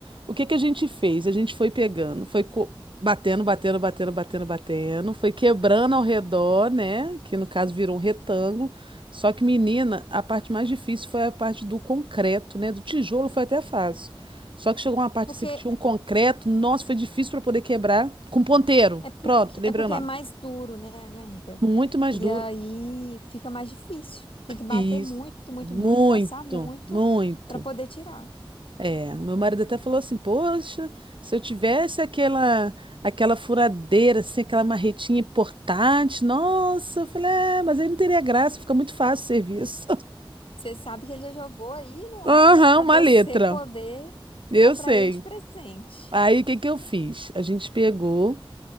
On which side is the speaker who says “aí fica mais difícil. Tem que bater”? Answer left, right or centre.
Left